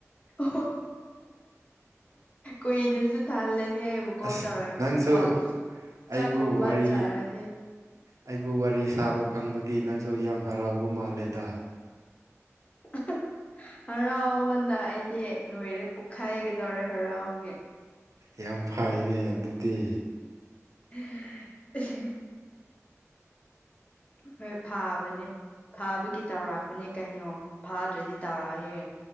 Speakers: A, on the left (about 25°); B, on the right (about 80°).
A: ꯑꯣ ꯀꯨꯏꯅꯁꯨ ꯊꯜꯂꯅꯤ ꯑꯩꯕꯨ ꯀꯣꯜ
B: ꯑꯁ
A: ꯇꯧꯔꯛꯀꯦꯀꯣ
B: ꯅꯪꯁꯨ
A: ꯑꯁ
B: ꯑꯩꯕꯨ
A: ꯆꯥꯛꯀꯣꯕ
B: ꯋꯥꯔꯤ
A: ꯆꯥꯔꯗꯤ
B: ꯑꯩꯕꯨ ꯋꯥꯔꯤ ꯁꯥꯕ ꯐꯪꯕꯒꯤ ꯅꯪꯁꯨ ꯌꯥꯝ ꯍꯔꯥꯎꯕ ꯃꯥꯜꯂꯦꯗ
A: <inaudible> ꯍꯔꯥꯎꯕꯅ ꯑꯩꯗꯤ ꯂꯣꯏꯔꯦ ꯄꯣꯛꯈꯥꯏꯒꯗꯧꯔꯦ ꯍꯔꯥꯎꯕꯒꯤ
B: ꯌꯥꯝ ꯐꯩꯅꯦ ꯑꯗꯨꯗꯤ
A: <unintelligible> ꯍꯣꯏ ꯐꯥꯕꯅꯦ ꯐꯥꯕꯒꯤ ꯇꯧꯔꯥꯛꯄꯅꯦ ꯀꯩꯅꯣ ꯐꯥꯗ꯭ꯔꯗꯤ ꯇꯧꯔꯛꯑꯌꯦ